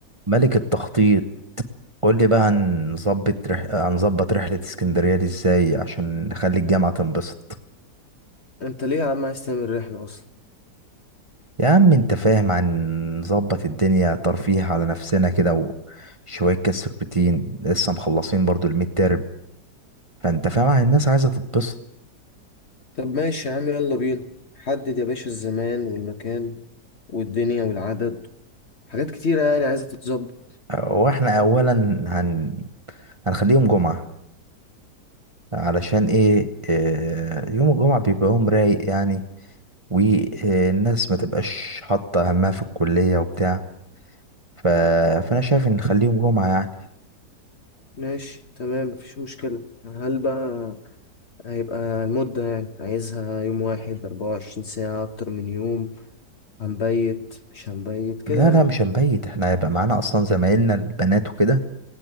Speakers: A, on the right; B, on the left.
A: ملك التخطيط قول لي بقى هنظبط رح... هنظبط رحلة اسكندرية دي ازاي عشان نخلي الجامعة تنبسط
B: انت ليه يا عم عايز تعمل رحلة اصلا
A: يا عم انت فاهم هنظبط الدنيا ترفيه على نفسنا كده وشوية كاس بروتين لسه مخلصين برضو الميد تيرم فانت فاهم الناس عايزة تتبسط
B: طب ماشي يا عم يلا بينا حدد يا باشا الزمان والمكان والدنيا والعدد حاجات كتيرة يعني عايزة تتظبط
A: واحنا اولا هن... هنخليهم جمعة علشان ايه آه، يوم الجمعة بيبقى يوم رايق يعني والناس ما تبقاش حاطة همها في الكلية وبتاع ف... فانا شايف ان نخليهم جمعة يعني
B: ماشي تمام مفيش مشكلة هل بقى هيبقى المدة يعني عايزها يوم واحد أربعة وعشرين ساعة أكتر من يوم هنبيت مش هنبيت كده
A: لا
B: يعني
A: لا مش هنبيت احنا هيبقى معانا اصلا زمايلنا البنات وكده